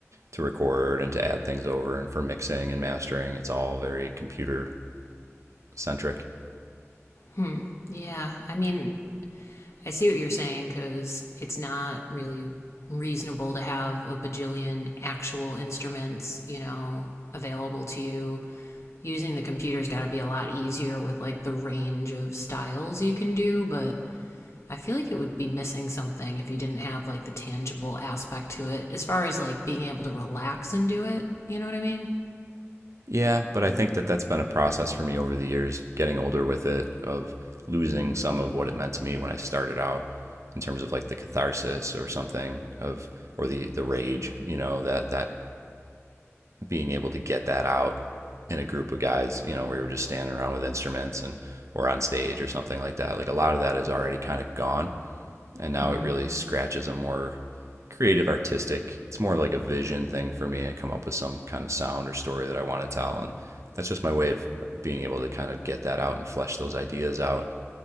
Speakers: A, on the right (about 80°); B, on the left (about 70°).
A: to record and to add things over and for mixing and mastering. It's all very computer centric.
B: Hmm. Yeah. I mean, I see what you're saying because it's not really reasonable to have a bajillion actual instruments, you know, available to you. Using the computer's got to be a lot easier with like the range of styles you can do, but I feel like it would be missing something if you didn't have like the tangible aspect to it as far as like being able to relax and do it. You know what I mean?
A: Yeah, but I think that that's been a process for me over the years, getting older with it, of losing some of what it meant to me when I started out in terms of like the catharsis or something of or the the rage, you know, that that being able to get that out in a group of guys, you know, where you're just standing around with instruments and or on stage or something like that. Like a lot of that is already kind of gone. and now
B: Hmm.
A: it really scratches a more creative artistic it's more like a vision thing for me i come up with some kind of sound or story that i want to tell and that's just my way of being able to kind of get that out and flesh those ideas out